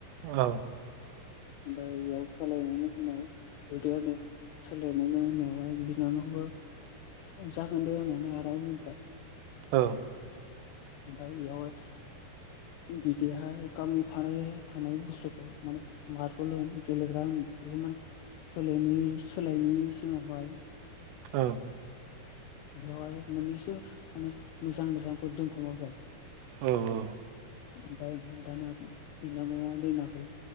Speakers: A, on the right (about 85°); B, on the left (about 85°).
A: औ
B: ओमफ्राय बेयाव सोलायनायनि उनाव बिदि आरोै सोलायनायनि उनावहाय बिनानाव। बो जागोन दे होननानै आदा बुंबाय
A: औ
B: ओमफाय बेयाव हाय। बिदिहाय गावनि थानाय थानाय बुस्थुखौ माने मार्बल होन गेलेग्रा होन बेखौ माने सोलायनि सोलायनि सिगावहाय
A: औ
B: बेवहाय मोननैसो माने मोजां मोजांखौ दोनखोमाबाय।
A: औ औ
B: ओमफाय दाना बिनानावया दोनाखै